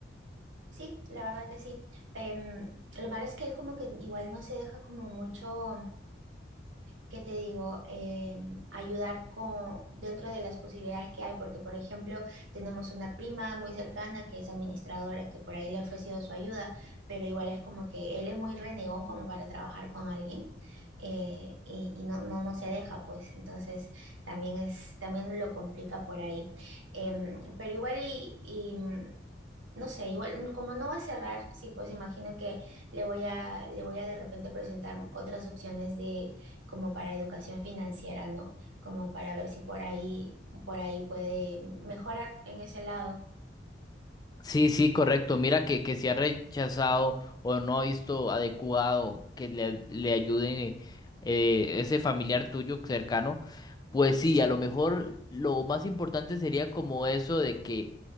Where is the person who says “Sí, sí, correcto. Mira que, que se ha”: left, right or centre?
Left